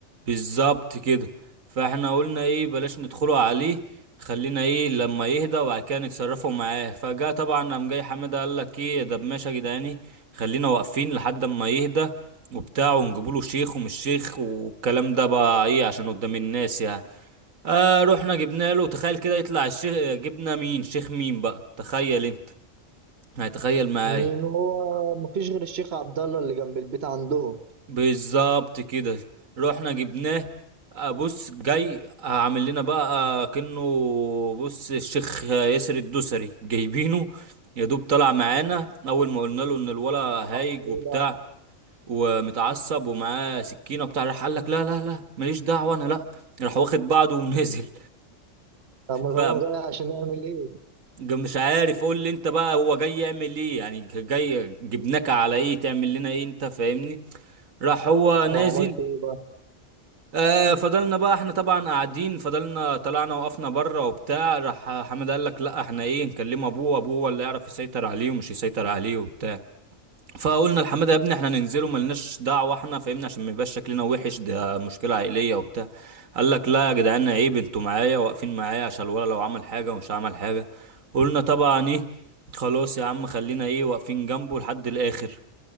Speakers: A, on the right (about 90°); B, on the right (about 55°).
A: بالظبط كده فاحنا قلنا ايه بلاش ندخله عليه خلينا ايه لما يهدى وبعد كده نتصرفوا معاه فجاء طبعا قام جاي حماده قال لك ايه ده ماشي يا جدعاني خلينا واقفين لحد ما يهدى وبتاع ونجيبوله شيخ ومش شيخ والكلام ده بقى ايه عشان قدام الناس يعني اه رحنا جبنا له تخيل كده يطلع الشيخ آه، جبنا مين شيخ مين بقى تخيل انت هتخيل معايا
B: إن هو مفيش غير الشيخ عبد الله اللي جنب البيت عندهم
A: بالظبط كده رحنا جبناه آه، بص جاي آه، عامل لنا بقى آه، كأنه بص الشيخ ياسر الدوسري جايبينه يا دوب طلع معانا اول ما قلنا له ان الولا هايج
B: عمل
A: وبتاع
B: إيه بقى؟
A: ومتعصب ومعاه سكينه وبتاع راح قال لك لا لا لا ماليش دعوه انا لا راح واخد بعضه ونازل
B: أمال
A: ف
B: هو جاي عشان يعمل إيه؟
A: مش عارف قول لي انت بقى هو جاي يعمل ايه يعني جاي جبناك على ايه تعمل لنا ايه انت فاهمني راح هو نازل
B: هو عملت إيه بقى؟
A: آه فضلنا بقى احنا طبعا قاعدين فضلنا طلعنا وقفنا بره وبتاع راح حمد قال لك لا احنا ايه نكلم ابوه ابوه هو اللي يعرف يسيطر عليه ومش يسيطر عليه وبتاع فقلنا لحماده يا ابني احنا ننزله ملناش دعوه احنا فاهمنا عشان ما يبقاش شكلنا وحش ده مشكله عائليه وبتاع قال لك لا يا جدعان عيب انتوا معايا واقفين معايا عشان الولا لو عمل حاجه ومش عمل حاجه قلنا طبعا ايه خلاص يا عم خلينا ايه واقفين جنبه لحد الاخر